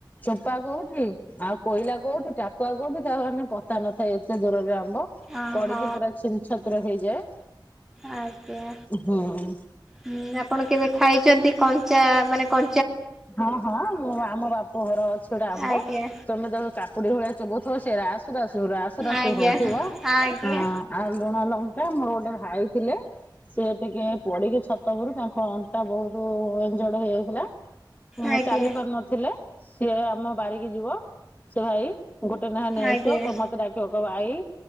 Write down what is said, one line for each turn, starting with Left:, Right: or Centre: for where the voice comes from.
Left: ଚୋପା କୋଉଠି ଆଉ କୋଇଲା କୋଉଠି ଟାକୁଆ କୋଉଠି ତାମାନେ ପତା ନଥାଏ ଏତେ ଦୂରରେ ଆ ମ୍ବ
Centre: ଓହୋ
Left: ପଡ଼ିକି ପୁରା ଛିନ୍ ଛତ୍ର ହେଇଯାଏ।
Centre: ଆଜ୍ଞା
Left: ହୁଁ।
Centre: ହୁଁ ଆପଣ କେବେ ଖାଇଚନ୍ତି କଞ୍ଚା ମାନେ କ
Left: ହଁ ହଁ ମୁଁ ଆମ ବାପଘର ଅଛି ଗୋଟା ଆମ୍ବ
Centre: ଆଜ୍ଞା
Left: ତମେ ଯଉ କାକୁଡ଼ି ଭଳିଆ ଚୋବୁଥିବ ସେ ରାସୁ ରାସୁ ରାସୁ ରାସୁ
Centre: ଆଜ୍ଞା
Left: ହଉଥିବ।
Centre: ଆଜ୍ଞା ଆଜ୍ଞା
Left: ହଁ ଆଉ ଲୁଣ ଲଙ୍କା ମୋର ଗୋଟେ ଭାଇ ଥିଲେ ସିଏ ଟିକେ ପୋଡ଼ିକି ଛ ସେବେଠୁ ତାଙ୍କ ଅଣ୍ଟା ବହୁତ୍ ଏଞଜଡ଼ ହେଇଯାଇଥିଲା ଜମା
Centre: ଆଜ୍ଞା।
Left: ଚାଲି ପାରୁନଥିଲେ ସିଏ ଆମ ବାରିକି ଯିବ ସେ ଭାଇ ଗୋଟେ ନେଖା ନେଇ
Centre: ଆଜ୍ଞା
Left: ଆସିବ କ ମତେ ଡାକିବ କଇଁବ ଆଇ